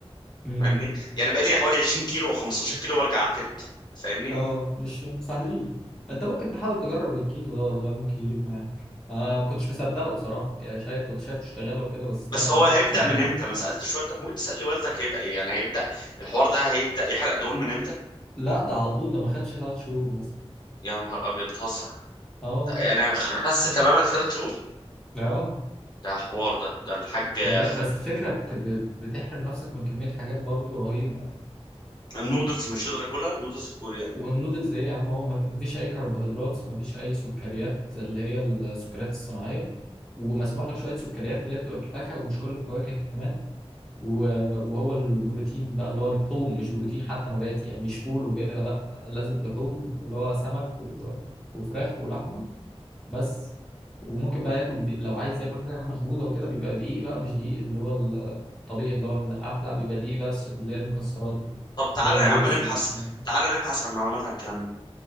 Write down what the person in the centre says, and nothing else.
امم
اه مش سهلين انت ممكن تحاول تجرب الكيتو ده والله ممكن يجيب معاك انا ما كنتش مصدقه بصراحه يعني شايف كنت شايف تشتغله وكده بس
لا
انا شفته
بعيني
لا ده على طول ده ما خدش ثلاث شهور مثلا
اه
والله
اه
ده جامد
بس الفكره بت... ب- بتحرم نفسك من كميه حاجات برضو رهيبه
والنودلز ايه يا عم هو ما ما فيش اي كربوهيدرات ما فيش اي سكريات اللي هي السكريات الصناعيه ومسموح لك شويه سكريات اللي هي بتبقى في الفاكهه ومش كل الفواكه كمان و- وهو البروتين بقى اللي هو اللحوم مش بروتين حتى نباتي يعني مش فول وكده لا لازم لحوم اللي هو سمك و- وفراخ ولحمه بس وممكن بقى ياكل دي- لو عايز ياكل حاجه مخبوزه وكده بيبقى دقيق بقى مش دقيق اللي هو الطبيعي اللي هو من القمح لا بيبقى دقيق بس اللي هي المكسرات وكده
اللي هو اللوز
والكلام ده.